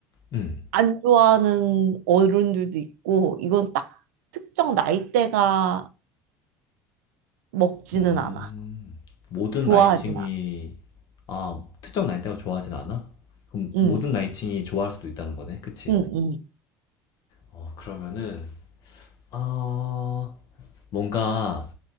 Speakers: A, on the left (about 55°); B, on the right (about 75°).
A: 음.
B: 안 좋아하는 어른들도 있고, 이건 딱 특정 나이대가 먹지는
A: 음,
B: 않아.
A: 모든
B: 좋아하진
A: 나이층이,
B: 않아.
A: 아, 특정 나이대가 좋아하진 않아? 그럼
B: 응,
A: 모든 나이층이 좋아할 수도 있다는 거네? 그치?
B: 응, 응.
A: 어, 그러면은, 아, 뭔가